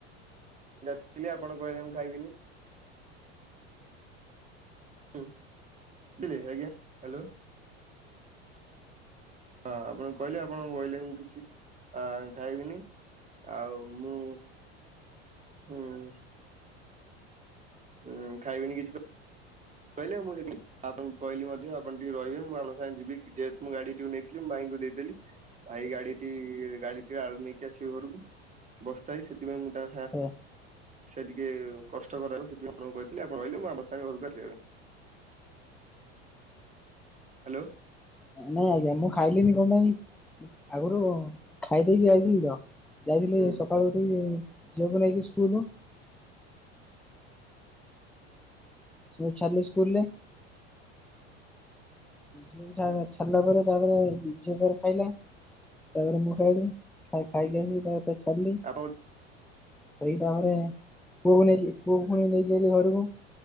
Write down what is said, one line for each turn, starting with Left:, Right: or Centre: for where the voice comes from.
Right: ଯାଚିଥିଲି ଆପଣ କହିଲେ ମୁଁ ଖାଇବିନି। ହୁଁ <unintelligible> ଅଜ୍ଞା ହାଲୋ। ହଁ ଆପଣ କହିଲେ ଆପଣ କହିଲେ ମୁଁ କିଛି ଅ ଖାଇବିନି। ଆଉ ମୁଁ ହୁଁ। ହୁଁ ଖାଇବିନି କିଛି କ କହିଲେ ମୁଁ <unintelligible> ଆପଣଙ୍କୁ କହିଲି ମଧ୍ୟ ଆପଣ ଟିକେ ରହିବେ ମୁଁ ଆପଣଙ୍କ ସାଙ୍ଗେ ଯିବି ଯେହେତୁ ମୁଁ ଗାଡି ଟିକକୁ ନେଇଥିଲିଁ ଭାଇଙ୍କୁ ଦେଇଦେଲି। ଭାଇ ଗାଡିଟି ଗାଡିଟିରେ ଆଳୁ ନେଇକି ଆସିବ ଘରକୁ ବସ୍ତାଏ ସେଥିପାଇଁ ମୁଁ ତା
Centre: ହୁଁ।
Right: ସେ ଟିକେ କଷ୍ଟ କର ହେବ ସେଥି ଆଣଙ୍କୁ କହିଥିଲ ଆପଣ ରହିଲେ ମୁ ଆମ ସାଙ୍ଗେ ଘରକୁ ଆସିଲେ ପାଇଁ। ହ୍ୟାଲୋ।
Centre: ନାଇଁ ଆଜ୍ଞା ମୁଁ ଖାଇଲିଣିି କଣ ପାଇଁ, ଆଗରୁ ଖାଇ ଦେଇେଇକି ଯାଇଥିଲି ତ ଯାଇଥିଲି
Right: ହୁଁ
Centre: ସକାଳୁ ଇ ଝିଅ କୁ ନେଇାଇକି ସ୍କୁଲୁ। ସେ ଉ ଛାରଲେ ସ୍କୁଲ ରେ
Right: ଆ
Centre: ଝିଅ କୁ ଛାଡ଼ିଲା ପରେ ତାପରେ ଝିଅ ତାର ଖାଇଲା। ତାପରେ ମୁଁ ଖାଇଲି ଖାଇ ଖାଇକି ଆସି ତା ଛାଡ଼ିଲି
Right: ଆପଣ
Centre: ଛେରିକି ତାପରେ ପୁଅକୁ ନେଇକ ପୁଅ ପୁଣି ନେଇକି ଆଲି ଘରକୁ।